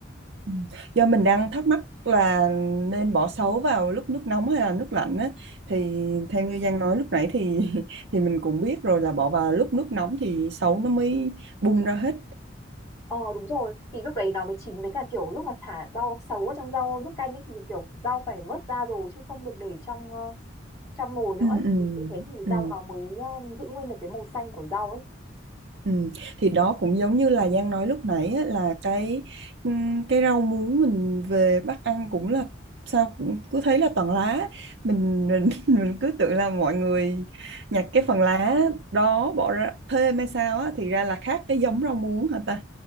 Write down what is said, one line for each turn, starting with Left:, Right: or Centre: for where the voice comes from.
Right: Ừ. Do mình đang thắc mắc là nên bỏ sấu vào lúc nước nóng hay là nước lạnh á thì theo như Giang nói lúc nãy thì <laughs> thì mình cũng biết rồi là bỏ vào lúc nước nóng thì sấu nó mới bung ra hết.
Left: ờ đúng rồi thì lúc đấy nó mới chín với cả kiểu lúc mà thả rau sấu ở trong rau nước canh ấy thì kiểu rau phải vớt ra rồi chứ không được để trong ờ, trong nồi nữa
Right: Ừ,
Left: ấy.
Right: ừ,
Left: như thế thì
Right: ừ.
Left: rau nó mới ờ, giữ nguyên được cái màu xanh của rau ấy
Right: Ừ. Thì đó cũng giống như là Giang nói lúc nãy á, là cái ừm, cái rau muống mình về Bắc ăn cũng là sao cũng cứ thấy là toàn lá mình mình <laughs> mình cứ tưởng là mọi người nhặt cái phần lá đó bỏ ra thêm hay sao á thì ra là khác cái giống rau muống hả ta